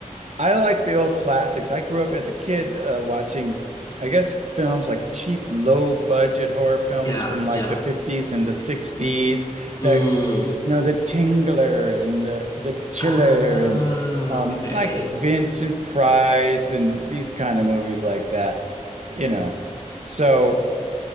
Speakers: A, on the right; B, on the left.
A: I like the old classics. I grew up as a kid uh, watching, I guess, films like cheap, low budget horror films
B: yeah,
A: from like
B: yeah.
A: the 50s and the 60s. The,
B: Mm.
A: you know, The Tingler and the, the Chiller
B: Ah,
A: and um,
B: okay.
A: like Vincent Price and these kind of movies like that, you know. So